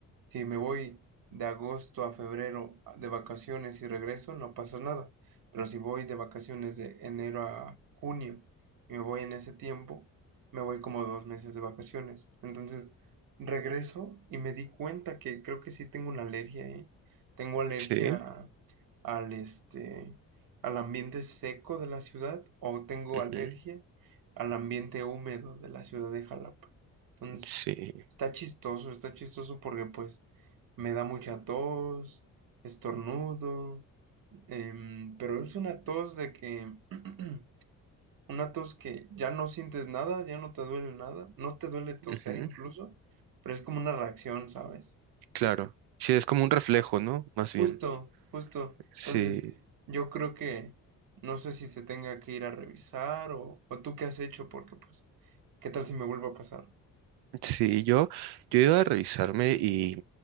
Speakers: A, on the right; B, on the right.
A: si me voy de agosto a febrero de vacaciones y regreso, no pasa nada. Pero si voy de vacaciones de enero a junio y me voy en ese tiempo, me voy como dos meses de vacaciones. Entonces, regreso y me di cuenta que creo que sí tengo una alergia, ¿eh? Tengo alergia
B: sí,
A: a- al este al ambiente seco de la ciudad o tengo
B: ujú,
A: alergia al ambiente húmedo de la ciudad de Jalapa. Entonces,
B: sí.
A: está chistoso, está chistoso porque pues me da mucha tos, estornudo, em, pero es una tos de que, <clears throat> una tos que ya no sientes nada, ya no te duele nada, no te duele toser
B: ujú.
A: incluso, pero es como una reacción, ¿sabes?
B: Claro. Sí, es como un reflejo, ¿no? Más bien.
A: Justo, justo.
B: Sí.
A: Entonces, Sí. yo creo que no sé si se tenga que ir a revisar o, o tú qué has hecho, porque pues, ¿qué tal si me vuelvo a pasar?
B: Sí, yo, yo iba a revisarme y,